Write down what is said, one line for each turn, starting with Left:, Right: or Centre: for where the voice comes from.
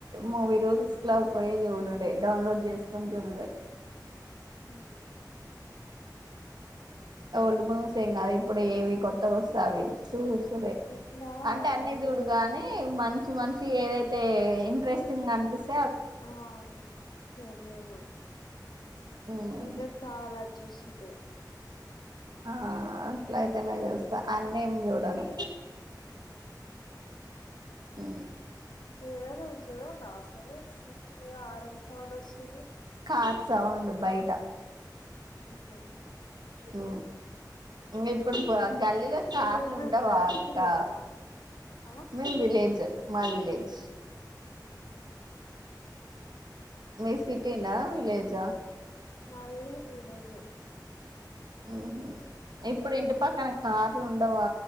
Right: మూవీ రూల్స్లోకి పోయి జూడుడే డౌన్లోడ్ చేసు కొంతుడుర్
Left: ఉ
Right: ఓల్డు మువీసేంగాదు ఇప్పుడు ఏవి కొత్త వస్తావి చ చూడే
Left: ఇంట్లా
Right: అంటే అన్ని
Left: వైఫై
Right: చూడు గాని మంచి మంచి మంచి ఏదైతే ఇంట్రెస్టింగ్ అనిపిస్తుంది
Left: ఆ సర్లే ఇబడు
Right: ఉమ్
Left: ఇంట్రెస్ట్ రాల జూసుతే
Right: ఆ అట్లాయితేనేసా అన్నేం ఏం చూడను
Left: ఉమ్.
Right: ఉ
Left: నేన నువ్వు ఇంట్లోనే ఉన్నావు అసలు ఏదో ఆరం సౌండ్ వస్తుంది
Right: ఆ సౌండ్ బయట
Left: ఊహు
Right: ఉ ఇంగ ఇప్పుడు పో గల్లీలో
Left: విలేజ్
Right: కార్లు ఉండవాక్క
Left: ఉంటారా సిటీలో ఉంటారా ఆ
Right: మేం విలేజ్ మాది విలేజ్
Left: ఉహ
Right: మీ సిటీనా విలేజ
Left: మాది గూడా విలేేజే
Right: ఓహో ఇప్పుడు ఇంటి పక్కన కార్లు ఉండవా